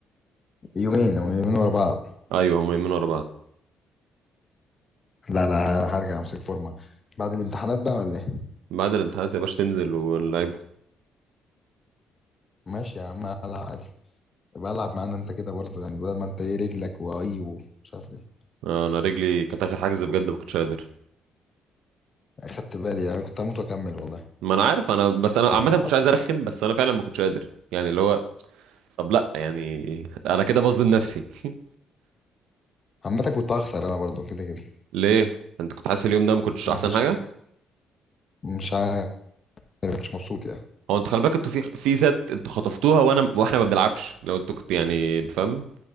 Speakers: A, on the left; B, on the right.
A: يومين او يومين ورا بعض
B: ايوه هما يومين ورا بعض
A: لا لا هرجع امسك فورمه بعد الامتحانات بقى ولا ايه
B: بعد الامتحانات يا باشا تنزل ونلعب
A: ماشي يا عم هلعب عادي يبقى العب معانا انت كده برضه يعني بدل ما انت ايه رجلك واي ومش عارف ايه
B: آه، انا رجلي كانت اخر حجز بجد ما كنتش قادر
A: اخدت بالي يعني كنت هموت واكمل والله
B: ما انا عارف انا بس انا عامه
A: بس
B: ما كنتش
A: عامة
B: عايز ارخم بس انا فعلا ما كنتش قادر يعني اللي هو طب لا يعني انا كده بظلم نفسي <laughs>
A: عامة كنت هخسر انا برضه كده كده
B: ليه انت كنت حاسس اليوم ده ما كنتش
A: ما
B: احسن
A: كانتش
B: حاجه
A: مش عارف مش مبسوط يعني
B: هو انتوا خلي بالك انتوا في في ست انتوا خطفتوها وانا واحنا ما بنلعبش لو انتوا كنت يعني انت فاهم